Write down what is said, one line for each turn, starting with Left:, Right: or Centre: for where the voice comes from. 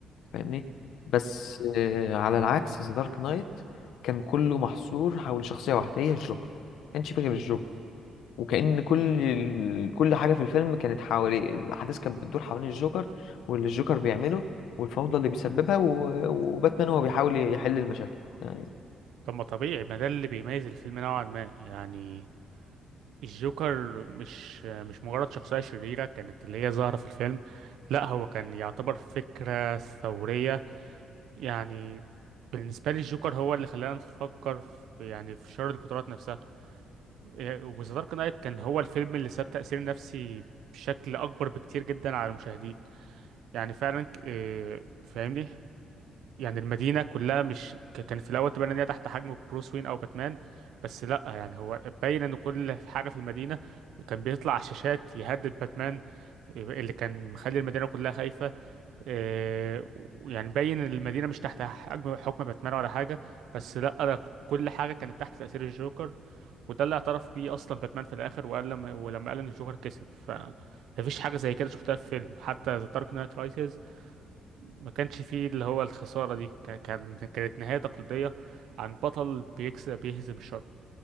Left: فاهمني بس آه على العكس ذا دارك نايت كان كله محصور حول شخصية واحدة هي الجوكر ما كانش فيه غير الجوكر وكأن كل ال... كل حاجة في الفيلم كانت حواليه الأحداث كانت بتدور حوالين الجوكر واللي الجوكر بيعمله والفوضى اللي بيسببها و... وباتمان هو بيحاول يحل المشاكل يعني
Right: طب ما طبيعي ما ده اللي بيميز الفيلم نوعا ما يعني الجوكر مش مش مجرد شخصية شريرة كانت اللي هي ظاهرة في الفيلم لا هو كان يعتبر فكرة ثورية يعني بالنسبة لي الجوكر هو اللي خلانا نفكر في يعني في شر البطولات نفسها إيه، وذا دارك نايت كان هو الفيلم اللي ساب تأثير نفسي بشكل أكبر بكتير جدا على المشاهدين يعني فعلا ك- إيه، فاهمني يعني المدينة كلها مش ك- كان في الأول تبان إن هي تحت حجم بروس وين أو باتمان بس لأ يعني هو باين إن كل حاجة في المدينة كان بيطلع على الشاشات يهدد باتمان اللي كان مخلي المدينة كلها خايفة إيه، يعني باين إن المدينة مش تحت حجم حكم باتمان ولا حاجة بس لأ ده كل حاجة كانت تحت تأثير الجوكر وده اللي اعترف بيه أصلا باتمان في الآخر وقال لما ولما قال إن الجوكر كسب ف مفيش حاجة زي كده شفتها في فيلم حتى ذا دارك نايت رايسز ما كانش فيه اللي هو الخسارة دي ك- كان كانت نهاية تقليدية عن بطل بيكس بيهزم الشر